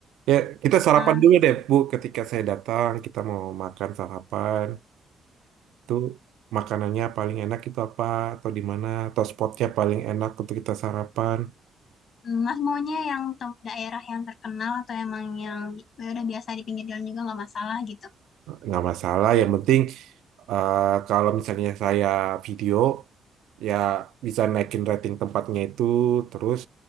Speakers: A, on the right; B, on the left.
A: Ya, kita sarapan
B: Nah,
A: dulu deh, Bu. Ketika saya datang, kita mau makan sarapan. Itu makanannya paling enak itu apa? Atau di mana? Atau spotnya paling enak untuk kita sarapan?
B: Mas maunya yang tem- daerah yang terkenal atau emang yang ya udah biasa di pinggir jalan juga nggak masalah gitu.
A: Nggak masalah. Yang penting, eh, kalau misalnya saya video, ya bisa naikin rating tempatnya itu. Terus